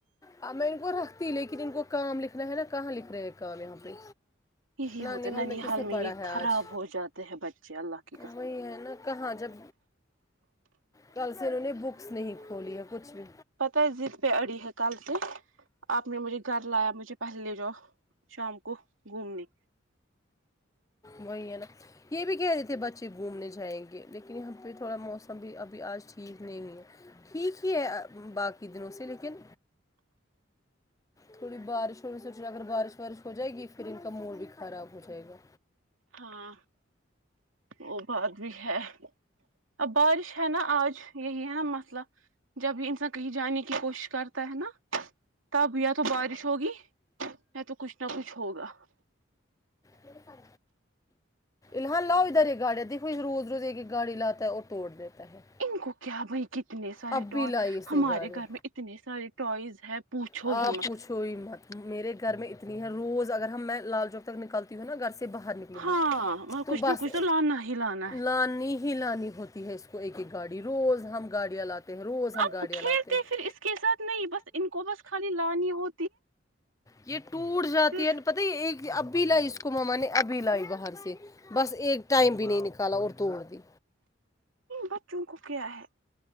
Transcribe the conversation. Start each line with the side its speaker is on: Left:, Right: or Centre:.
Left: ہ میں ان کو رکھتی لیکن ان کو کام لکھنا ہے نا کہاں لکھ رہے ہیں کام یہاں پہ
Right: یہی
Left: نانحال
Right: ہوتے نینی
Left: کس
Right: حال
Left: نے
Right: میں
Left: پڑھا
Right: یہ
Left: ہے آج
Right: خراب ہو جاتے ہیں بچے اللہ کی
Left: وہی ہے کہاں جب کل سے انہوں نے بکس نہیں کھولی ہے کچھ بھی
Right: پتا ہے ضد پہ اڑی ہے کل سے آپ نے مجھے گھر لایا مجھے پہلے لے جاؤ شام کو گھومنے
Left: وہی ہے نہ یہ بھی کہہ رہے تھے بچے گھومنے جائیں گے لیکن یہاں پہ تھوڑا موسم بھی ابھی آج ٹھیک نہیں ہے ٹھیک ہی ہے باقی دنوں سے لیکن تھوڑی بارش ہونے سوچنا اگر بارش وارش ہو جائے گی پھر ان کا موڈ بھی خراب ہو جائے گا
Right: ہاں وہ بات بھی ہے اب بارش ہے نا آج یہی ہے نا مسئلہ جب بھی انسان کہیں جانے کی کوشش کرتا ہے نا تب یا تو بارش ہوگی یا تو کچھ نہ کچھ ہوگا
Left: می فن الحن لا ہوا رہا گاڑی دیکھو روز روز کی گاڑی لا ہے اور توڑ دیتا ہے
Right: ان کو کیا بھائی کتنے سارے
Left: اب
Right: ٹوائ
Left: بھی لائی اس
Right: ہمارے
Left: نے گاڑیاں
Right: گھر میں اتنے سارے ٹوائز ہے پوچھو
Left: آ
Right: ہی مت
Left: پوس شہی مت میرے گھر میں اتنی ہے روز اگر ہم میں لال چوک تک نکلتی ہوں نا گھر سے باہر نکل
Right: ہاں مگر
Left: تو
Right: کچھ
Left: بس
Right: نہ کچھ لانا ہی لانا ہے
Left: لانی ہی لانی ہوتی ہے اس کو ایک ایک گاڑی روز ہم گاڑیاں لاتے ہیں روز ہم
Right: اب
Left: گاڑیاں
Right: کھیلتے
Left: لاتے ہیں
Right: پھر اس کے ساتھ نہیں بس ان کو بس خالی لانی ہو
Left: یہ ٹوٹ جاتی
Right: پھر
Left: پتہ یہ ایک ابھی لائی اس کو مما نے ابھی لائی باہر سے بس ایک ٹائم بھی نہیں نکالا اور توڑ دی
Right: بچوں کو کیا ہے